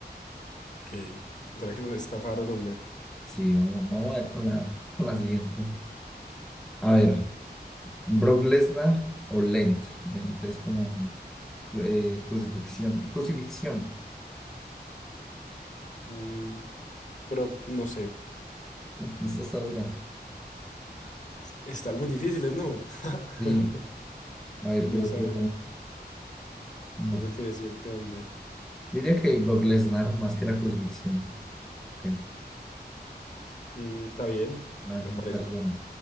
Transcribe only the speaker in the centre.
Sí, vamos, vamos a ver con la, con la siguiente. A ver, Brock Lesnar o Lent. Lent es como eh, crucifixión. Crucifixión.
Esta está dura.
Sí. A ver, yo,
yo no.
Diría que Brock Lesnar, más que la crucifixión. Ok.
Vale,
perdón.